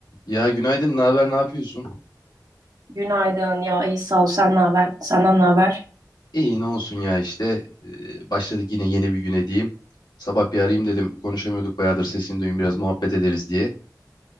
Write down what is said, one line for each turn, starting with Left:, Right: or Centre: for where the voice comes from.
Left: Ya günaydın, ne haber, ne yapıyorsun?
Right: Günaydın ya iyi sağ ol sen ne haber senden ne haber
Left: İyi, ne olsun ya işte. Ee, başladık yine yeni bir güne diyeyim. Sabah bir arayayım dedim. Konuşamıyorduk bayağıdır sesini duyayım biraz muhabbet ederiz diye.